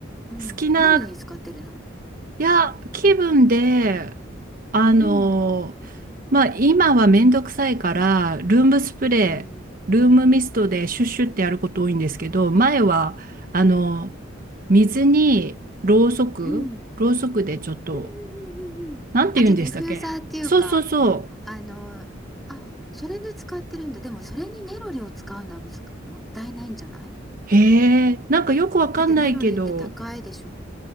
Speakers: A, in the centre; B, on the right (about 45°).
A: うん。
B: 好きな、
A: 何に使ってるの
B: いや、気分で、あの、
A: うん。
B: まあ、今はめんどくさいから、ルームスプレー、
A: うん。
B: ルームミストでシュッシュってやること多いんですけど、前は、あの、水にろうそく、
A: うん。うんう
B: ろうそくでちょっと、
A: んうんあ、
B: なんて言うんでしたっけそうそうそ
A: じゃあディフューザーっていうか、あの、あ、それで使ってるんだ。でもそれにネロリを使うのはむず、もったいないんじゃない
B: う。へえ、なんかよくわかんないけど、
A: だってネロリって高いでしょ。